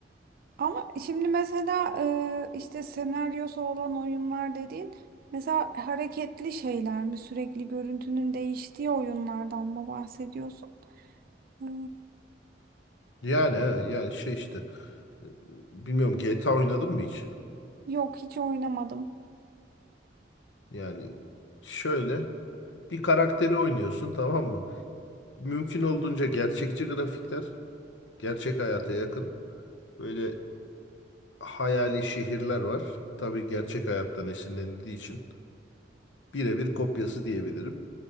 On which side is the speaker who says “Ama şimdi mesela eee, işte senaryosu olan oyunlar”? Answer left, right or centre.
Right